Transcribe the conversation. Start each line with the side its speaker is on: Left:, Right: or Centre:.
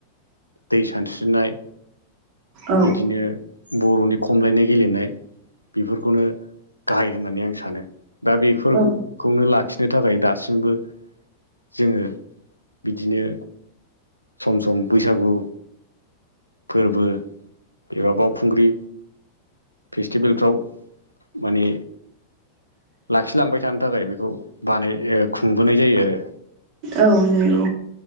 Left: दै सानस्रिनाय
Right: औ
Left: बिदिनो बर'नि खमलायनाय गेलेनाय बेफोरखौनो गाहाय होननानै आं सानो दा बेफोर
Right: औ
Left: खौनो लाखिनो थाखाय दासिमबो जोंङो बिदिनो सम सम बैसागु फोरबो एबा बावखुंग्रि फेस्टिभेलफ्राव माने लाखिलांबाय थानो थाखाय बेखौ बानाय खुंबोनाय जायो आरो
Right: औ नोंगौ